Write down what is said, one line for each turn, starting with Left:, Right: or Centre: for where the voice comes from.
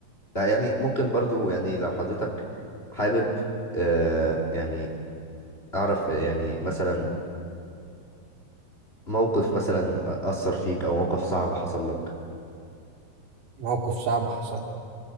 Left: لا يعني ممكن برضو يعني لو حضرتك حابب آه يعني أعرف يعني مثلا موقف مثلا أثر فيك أو موقف صعب حصل لك
Right: موقف صعب حصل